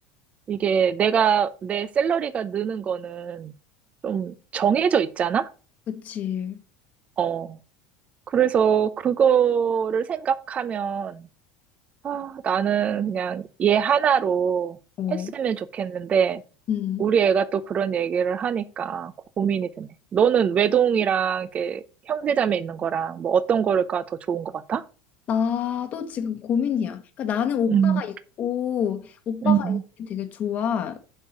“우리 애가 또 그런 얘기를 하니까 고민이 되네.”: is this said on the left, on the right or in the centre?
Right